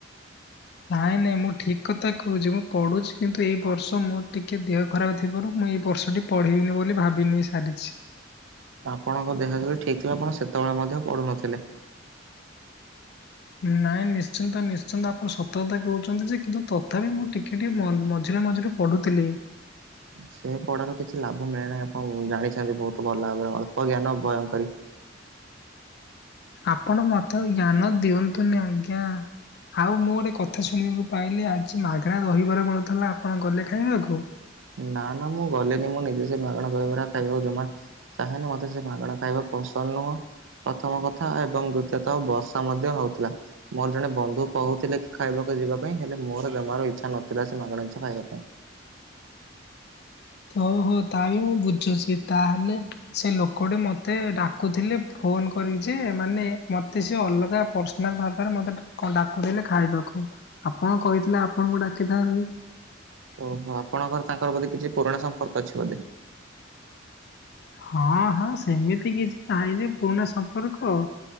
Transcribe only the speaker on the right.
ଆପଣଙ୍କ ଦେହ ଯେତେଳେ ଠିକ୍ ଥିଲା ଆପଣ ସେତେବେଳେ ମଧ୍ୟ ପଢୁନଥିଲେ।
ସେ ପଢାରୁ କିଛି ଲାଭ ମିଳେ ନାହିଁ। ଆପଣ ଉ, ଜାଣିଛନ୍ତି ବହୁତ ଭଲ ଭାବରେ। ଅଳ୍ପ ଜ୍ଞାନ ଭୟଙ୍କରି।
ନା, ନା ମୁଁ ଗଲେନି ମୁଁ ନିଜେ ସେ ମାଗଣା ଦହିବରା ଖାଇବାକୁ ଜମା ଚାହେଁନି। ମୋତେ ସେ ମାଗଣା ଖାଇବା ପସନ୍ଦ ନୁହଁ। ପ୍ରଥମ କଥା ଏବଂ ଦ୍ଵୁତୀୟତଃ ବର୍ଷା ମଧ୍ୟ ହଉଥିଲା। ମୋର ଜଣେ ବନ୍ଧୁ କହୁଥିଲେ କି ଖାଇବାକୁ ଯିବା ପାଇଁ। ହେଲେ ମୋର ଜମାରୁ ଇଚ୍ଛା ନଥିଲା ସେ ମାଗଣା ଜିନିଷ ଖାଇବା ପାଇଁ।
ଓହୋ! ଆପଣଙ୍କର ତାଙ୍କର ବୋଧେ କିଛି ପୁରୁଣା ସମ୍ପର୍କ ଅଛି ବୋଧେ?